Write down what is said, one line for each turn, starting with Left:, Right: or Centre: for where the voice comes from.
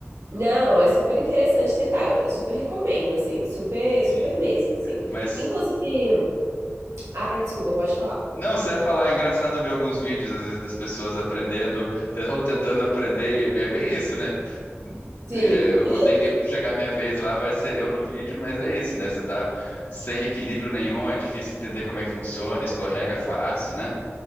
Right: não, é super interessante tentar. Eu, eu super recomendo, assim, super,
Left: Sim.
Right: super mesmo, assim.
Left: Mas
Right: Inclusive, ah, desculpa, pode falar.
Left: não, você ia falar, é engraçado ver alguns vídeos às vezes das pessoas aprendendo te- ou tentando aprender e é é bem isso, né?
Right: Sim,
Left: É, eu
Right: <laughs>
Left: vou ter que chegar minha vez lá, vai ser eu no vídeo, mas é isso, né? Você tá sem equilíbrio nenhum, é difícil entender como é que funciona, escorrega fácil, né?